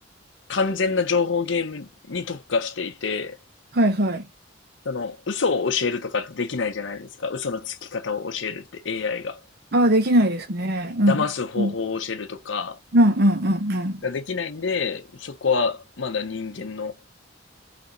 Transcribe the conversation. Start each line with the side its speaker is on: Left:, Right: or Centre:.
Left: 完全な情報ゲームに特化していて、
Right: はい、はい。
Left: その嘘を教えるとかってできないじゃないですか。嘘のつき方を教えるって AI が。
Right: ああ、できないですね。うん。
Left: 騙す方法を教えるとか、
Right: うん、うん、うん、うん。うん
Left: ができないんで、そこはまだ人間の